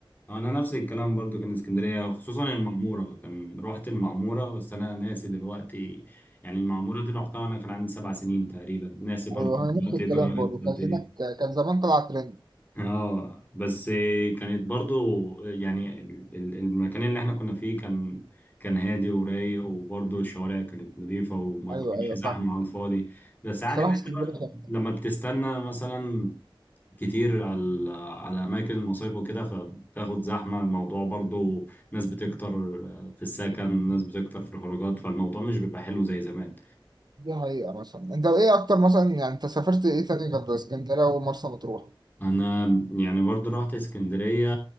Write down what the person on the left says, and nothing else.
انا نفس الكلام برضه كان اسكندرية خصوصا المعمورة كان رحت المعمورة بس انا ناسي دلوقتي يعني المعمورة دي رحتها وانا كان عندي سبع سنين تقريبا ناسي برضه
دلوقتي
اتغيرت
قد ايه
اه بس كانت برضو يعني ال- ال- المكان اللي احنا كنا فيه كان كان هادي ورايق وبرضو الشوارع كانت نظيفة وما
ما كانش
زحمة
على الفاضي بس عارف
انت
بقى
لما بتستنى مثلا كتير على على اماكن المصايف وكده فبتاخد زحمة الموضوع برضو ناس بتكتر في السكن ناس بتكتر في الخروجات فالموضوع مش بيبقى حلو زي زمان
انا يعني برضو رحت اسكندرية